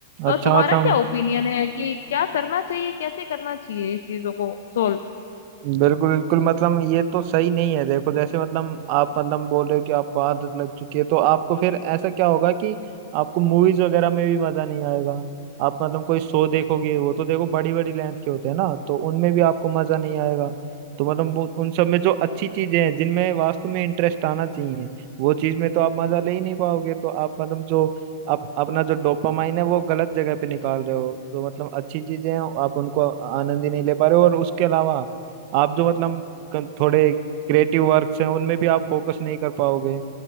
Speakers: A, on the left; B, on the right.
A: और
B: अच्छा
A: तुम्हारा
B: मतलब
A: क्या ओपिनियन है कि क्या करना चाहिए कैसे करना चाहिए इस चीजों को सोल्व
B: बिल्कुल बिल्कुल मतलब ये तो सही नहीं है देखो जैसे मतलब आप मतलब बोल रहे हो कि आपको आदत लग चुकी है तो आपको फिर ऐसा क्या होगा कि आपको मूवीज वगैरह में भी मजा नहीं आएगा आप मतलब कोई शो देखोगे वो तो देखो बड़ी बड़ी लेंथ के होते हैं ना तो उनमें भी आपको मजा नहीं आएगा तो मतलब वो उन सब में जो अच्छी चीजें हैं जिनमें वास्तव में इंटरेस्ट आना चाहिए वो चीज में तो आप मजा ले ही नहीं पाओगे तो आप मतलब जो आप अपना जो डोपामाइन है वो गलत जगह पे निकाल रहे हो तो मतलब अच्छी चीजें हैं आप उनको आनंद ही नहीं ले पा रहे हो और उसके अलावा आप जो मतलब कं- थोड़े क्रिएटिव वर्क्स हैं उनमें भी आप फोकस नहीं कर पाओगे